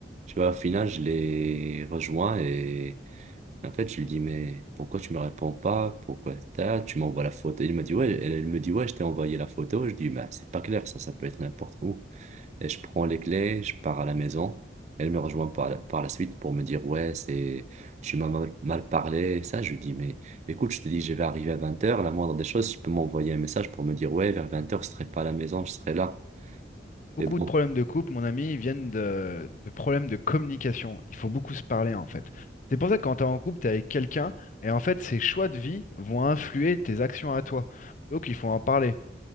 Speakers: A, on the right; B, on the left.
A: Tu vois, au final, je les rejoins et en fait, je lui dis, mais pourquoi tu me réponds pas? Pourquoi t'as- tu m'envoies la photo? Il m'a dit, ouais, elle, elle me dit, ouais, je t'ai envoyé la photo. Je dis, bah, c'est pas clair, ça, ça peut être n'importe où. Et je prends les clés, je pars à la maison. Elle me rejoint par la, par la suite pour me dire, ouais, c'est, tu m'as mal, mal parlé. Ça, je lui dis, mais écoute, je te dis, je vais arriver à vingt heures La moindre des choses, tu peux m'envoyer un message pour me dire, ouais, vers vingt heures je serai pas à la maison, je serai là.
B: Beaucoup
A: Et bon.
B: de problèmes de couple, mon ami, viennent de, de problèmes de communication. Il faut beaucoup se parler, en fait. C'est pour ça que quand tu es en couple, tu es avec quelqu'un, et en fait, ses choix de vie vont influer tes actions à toi. Donc, il faut en parler.